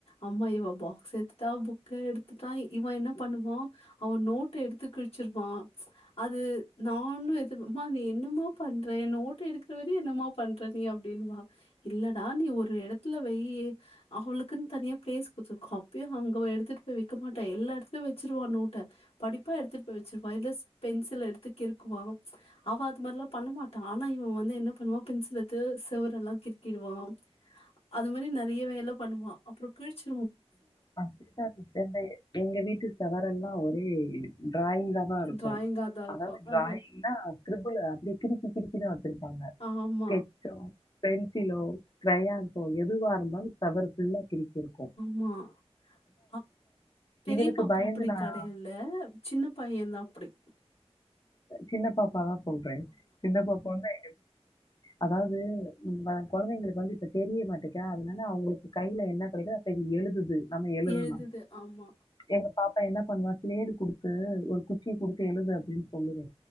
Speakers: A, on the left (about 65°); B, on the left (about 40°).
A: அம்மா இவ பாக்ஸ் எத்துட்டா புக்க எடுத்துட்டா இவ என்ன பண்ணுவா அவன் நோட்ட எடுத்து கிழுச்சிருப்பான் அது நானு எடுத் ம்மா நீ என்னமா பண்ற என் நோட்ட எடுக்ற வரயு என்னமா பண்ற நீ அப்டின்னுவா இல்லடா நீ ஒரு எடத்ல வெய்யு அவளுக்குன் தனியா பிளேஸ் குடுத்துருக்கோ அப்பயு அங்க எடுத்துட்டு போய் வெக்க மாட்டா எல்லா எடத்துலயு வெச்சிருவா நோ படிப்பா எடுத்துட்டு போய் வெச்சுருப்பா இல்ல பென்சில எடுத்து கிருக்குவா அவ அது மாரில்லா பண்ண மாட்ட ஆனா இவ வந்து என்ன பண்ணுவா பென்சில எடுத்து செவர் எல்லா கிருக்கிருவா அது மாதிரி நெறய வேல பண்ணுவா அப்றோ கிழுச்சு
B: அப்பதா எங்க வீட்டு செவரெல்லா ஒரு ச <unintelligible> ட்ராயிங்காதா இருக்கு
A: ட்ராயிங்கா தான் இருக்கும்.
B: அதாவது ட்ராயிங்னா
A: அ, அ.
B: கிருபிளு கிருக்கி கிருக்கிதா வெச்சுருப்பாங்க
A: ஆமா,
B: ஸ்கெட்சோ பென்சிலோ க்ராயான்சோ எதுவா இருந்தாலு செவர் ஃபுள்ளா கிரிக்கி இருப்ப
A: அ பெரிய
B: இவளுக்கு
A: பாப்பா
B: பயந்து
A: அப்படி
B: நான்
A: கெடையல்ல சின்ன பையந்தா அப்டி
B: சின்ன பாப்பா தா சொல்றே சின்ன பாப்பாவுமே அதாவ்து உ கொழந்தைங்களுக்கு வந்து இப்ப தெரிய மாட்டேக்கா அதனால அவுங்களுக்கு கையில என்னா கெடைக்குதோ எழுதுது நம்ம எழுதலாம்
A: எழுதுது ஆமா
B: எங்க பாப்பா என்ன பண்ணுவா சிலேடு குடுத்து ஒரு குச்சிய குடுத்து எழுது அப்டின்னு சொல்லுவே